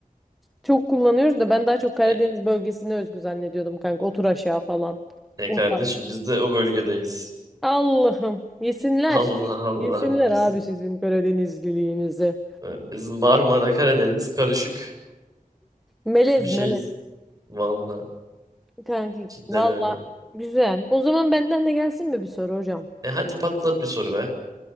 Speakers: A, in the centre; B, on the right (about 25°).
A: Çok kullanıyoruz da ben daha çok Karadeniz
B: E,
A: bölgesine özgü zannediyordum kanka. Otur aşağı falan.
B: Ne
A: O
B: kardeşim
A: tarz.
B: biz de o bölgedeyiz.
A: Allah'ım. Yesinler.
B: <laughs> Allah Allah
A: Yesinler
B: biz
A: abi sizin Karadenizliliğinizi.
B: e, biz Marmara Karadeniz karışık
A: Melez
B: bir şeyiz.
A: melez.
B: Vallahi
A: Kanki
B: cidden
A: valla
B: öyle.
A: güzel. O zaman benden de gelsin mi bir soru hocam?
B: E hadi patlat bir soru be.